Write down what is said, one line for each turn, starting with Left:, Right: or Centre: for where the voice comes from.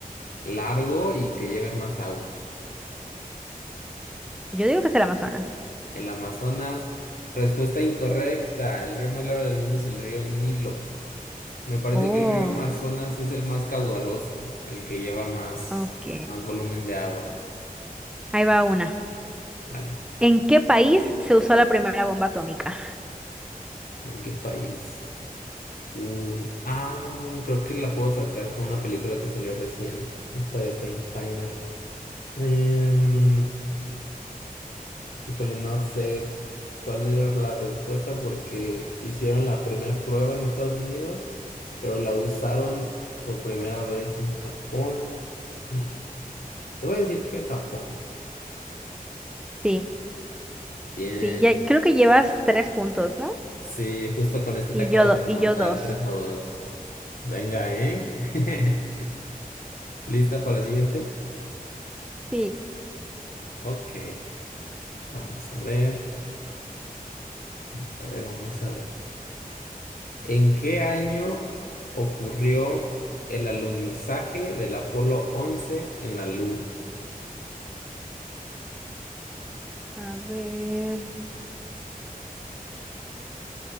Left: largo y que lleve más agua.
Centre: Yo digo que es el Amazonas.
Left: El Amazonas, respuesta incorrecta. El río más largo del mundo es el río Nilo. Me parece
Centre: Oh,
Left: que el río Amazonas es el más caudaloso, el que lleva más,
Centre: ok.
Left: más volumen de agua.
Centre: Ahí va una.
Left: Vale.
Centre: ¿En qué país se usó la primera bomba atómica?
Left: ¿En qué país? Uy, ah, creo que la puedo sacar con una película que salió recién, esta de Oppenheimer. Em, híjole, no sé cuál era la respuesta porque hicieron la primera prueba en Estados Unidos, pero la usaron por primera vez en Japón. Mm. Te voy a decir que Japón.
Centre: Sí,
Left: Bien,
Centre: sí, ya, creo que llevas tres puntos, ¿no?
Left: sí, justo con este
Centre: Y
Left: te acabo
Centre: yo, do-
Left: de
Centre: y
Left: montar
Centre: yo dos.
Left: tres a dos Venga, ¿eh?
Centre: Sí,
Left: <laughs> ¿Lista para la siguiente?
Centre: sí.
Left: Ok, vamos a ver, vamos a ver, vamos a ver. ¿En qué año ocurrió el alunizaje del Apolo once en la Luna?
Centre: A ver.